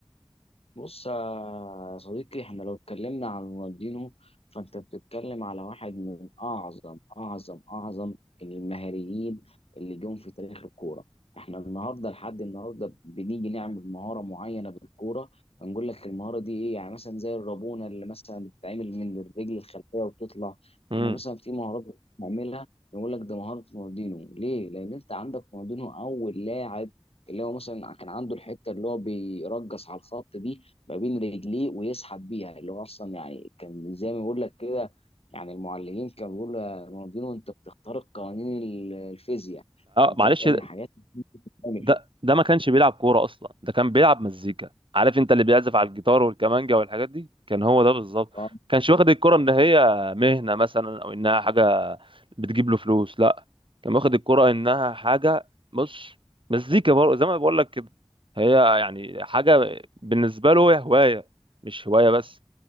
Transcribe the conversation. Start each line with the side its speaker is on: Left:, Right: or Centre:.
Left: بص يا صديقي احنا لو اتكلمنا عن رونالدينو فانت بتتكلم على واحد من اعظم اعظم اعظم المهاريين اللي جم في تاريخ الكوره احنا النهارده لحد النهارده بنيجي نعمل مهاره معينه بالكوره هنقول لك المهاره دي ايه يعني مثلا زي الرابونه اللي مثلا بتتعمل من الرجل الخلفيه وبتطلع
Right: امم
Left: احنا مثلا في مهارات بنعملها نقول لك ده مهاره رونالدينو ليه لان انت عندك رونالدينو اول لاعب اللي هو مثلا كان عنده الحته اللي هو بيرجص على الخط دي ما بين رجليه ويسحب بيها اللي هو اصلا يعني كان زي ما بقول لك كده يعني المعلمين كانوا بيقولوا يا رونالدينو انت بتخترق قوانين ال- الفيزياء انت
Right: معلش
Left: بتعمل حاجات مش بتتعمل.
Right: ده ده ما كانش بيلعب كورة أصلا ده كان بيلعب مزيكا عارف أنت اللي بيعزف على الجيتار والكمانجا والحاجات دي كان هو ده بالظبط
Left: اه
Right: كانش واخد الكورة إن هي مهنة مثلا أو إنها حاجة بتجيب له فلوس لا كان واخد الكورة إنها حاجة بص مزيكا برضه زي ما بقول لك كده هي يعني حاجة بالنسبة له هي هواية مش هواية بس